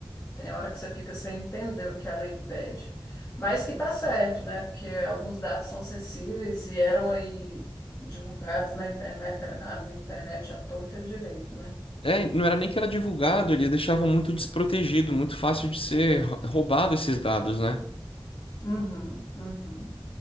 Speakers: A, on the left (about 20°); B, on the left (about 90°).
A: tem hora que você fica sem entender o que a lei pede. Mas que tá certo, né? Porque alguns dados são sensíveis e eram aí divulgados na internet, ah, na internet à torta e à direito, né?
B: É, não era nem que era divulgado, eles deixavam muito desprotegido, muito fácil de ser rou- roubado esses dados, né?
A: Uhum, uhum.